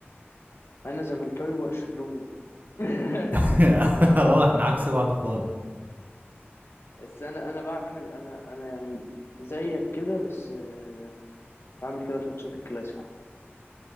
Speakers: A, on the left (about 65°); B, on the right (about 45°).
A: انا زملكاوي برشلوني بقى <laughs>
B: <laughs> اه احنا عكس بعض خالص
A: بس انا انا بعمل انا انا يعني زيك كده بس آه، بعمل كده في ماتشات الكلاسيكو